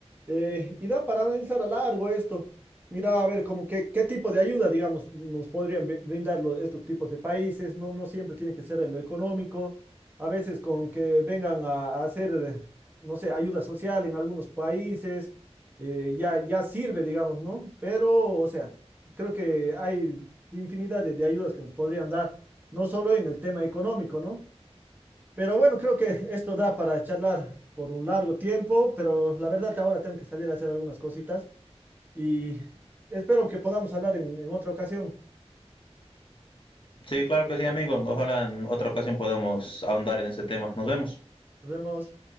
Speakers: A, on the right (about 15°); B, on the left (about 50°).
A: Eh, y da para analizar a largo esto. Mira, a ver, como que, qué tipo de ayuda, digamos, nos podrían bri- brindar lo- estos tipos de países. No, no siempre tiene que ser en lo económico. A veces con que vengan a, a hacer, eh, no sé, ayuda social en algunos países, eh, ya, ya sirve, digamos, ¿no? Pero, o sea, creo que hay infinidad de de ayudas que nos podrían dar, no solo en el tema económico, ¿no? Pero bueno, creo que esto da para charlar por un largo tiempo, pero la verdad ahora tengo que salir a hacer algunas cositas y espero que podamos hablar en, en otra ocasión.
B: Sí, claro que sí, amigo. Ojalá en otra ocasión podamos ahondar en ese tema. Nos vemos.
A: Nos vemos.